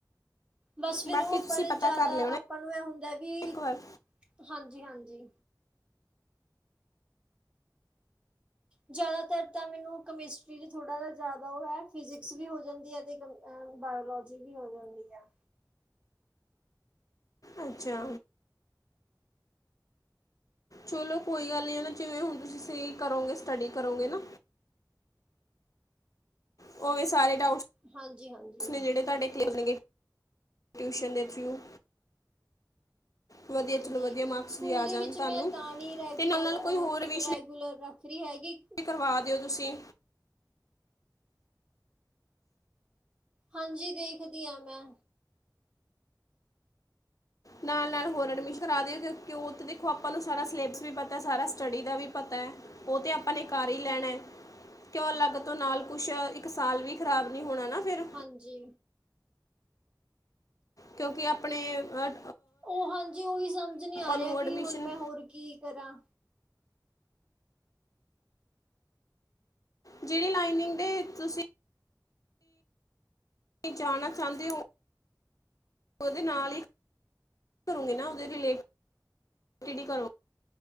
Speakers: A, on the right; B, on the left.
A: ਬਸ ਫੇਰ
B: ਬਾਕੀ
A: ਉਹ ਆਪਾਂ
B: ਤੁਸੀਂ
A: ਨੇ
B: ਪਤਾ
A: ਜ਼ਿਆਦਾ,
B: ਕਰ ਲਿਓ ਨਾ
A: ਆਪਾਂ ਨੂੰ ਐ ਹੁੰਦਾ ਵੀ,
B: ਇੱਕ ਵਾਰ
A: ਹਾਂਜੀ ਹਾਂਜੀ। ਜ਼ਿਆਦਾਤਰ ਤਾਂ ਮੈਨੂੰ, ਕਮਿਸਟਰੀ 'ਚ ਥੋੜ੍ਹਾ ਜਾ ਜ਼ਿਆਦਾ ਉਹ ਐ, ਫਿਜਿਕਸ ਵੀ ਹੋ ਜਾਂਦੀ ਐ ਤੇ ਕ ਅਆ, ਬਾਇਓਲੋਜੀ ਵੀ ਹੋ ਜਾਂਦੀ ਆ।
B: ਅੱਛਾ। ਚਲੋਂ ਕੋਈ ਗੱਲ ਨੀ ਐ ਨਾ, ਜਿਵੇਂ ਹੁਣ ਤੁਸੀਂ ਸਹੀ ਕਰੋਂਗੇ, ਸਟੱਡੀ ਕਰੋਗੇ ਨਾ ਉਹਵੇ ਸਾਰੇ ਡਾਊਟਸ,
A: ਹਾਂਜੀ ਹਾਂਜੀ
B: ਨੇ ਜਿਹੜੇ ਤੁਹਾਡੇ ਕਲੀਰ ਹੋਨਗੇ ਟਿਊਸ਼ਨ ਦੇ ਥਰੂ। ਵਧੀਆ
A: ਹਾਂਜੀ,
B: ਚਲੋ ਵਧੀਆ ਮਾਰਕਸ
A: ਸਕੂਲ
B: ਵੀ ਆ
A: ਦੇ
B: ਜਾਣ
A: ਵਿੱਚ
B: ਤੁਹਾਨੂੰ
A: ਮੈਂ ਤਾਂ ਨੀ ਰੈਗੂਲਰ,
B: ਤੇ ਨਾਲ ਨਾਲ
A: ਆਹ
B: ਕੋਈ ਹੋਰ ਰਿਵੀਜ਼ਨ
A: ਰੈਗੂਲਰ ਰੱ ਰੀ ਹੈਗੀ
B: ਕਰਵਾ ਦਿਓ ਤੁਸੀ
A: ਹਾਂਜੀ, ਦੇਖਦੀ ਹਾਂ ਮੈਂ
B: ਨਾਲ-ਨਾਲ ਹੋਰ ਐਡਮਿਸ਼ਨ ਕਰਾ ਦਿਓ, ਕਿਉਂਕਿ ਉਹ ਤਾਂ ਦੇਖੋ, ਆਪਾਂ ਨੂੰ ਸਾਰਾ ਸਿਲੇਬਸ ਵੀ ਪਤਾ, ਸਾਰਾ ਸਟੱਡੀ ਦਾ ਵੀ ਪਤਾ ਹੈ। ਉਹ ਤੇ, ਆਪਾਂ ਨੇ ਕਰ ਹੀ ਲੈਣਾ ਹੈ। ਕਿਉ ਅਲੱਗ ਤੋਂ ਨਾਲ ਕੁਛ, ਇੱਕ ਸਾਲ ਵੀ ਖ਼ਰਾਬ ਨੀ ਹੋਣਾ ਨਾ ਫਿਰ
A: ਹਾਂਜੀ।
B: ਕਿਉਂਕਿ ਆਪਣੇ, ਹਰ
A: ਉਹ ਹਾਂਜੀ, ਉਹੀ ਸਮਝ ਨੀ ਆ
B: ਨੂੰ
A: ਰਿਹਾ,
B: ਐਡਮਿਸ਼ਨ
A: ਵੀ ਹੁਣ ਮੈਂ ਹੋਰ ਕੀ ਕਰਾਂ
B: ਜਿਹੜੀ ਲਾਈਨਿੰਗ ਦੇ, ਤੁਸੀਂ ਤੁਸੀਂ ਜਾਣਾ ਚਾਹੁੰਦੇ ਹੋ, ਉਹਦੇ ਨਾਲ ਹੀ ਕਰੋਂਗੇ ਨਾ, ਉਹਦੇ ਰਿਲੇਟੀਡ ਹੀ ਕਰੋ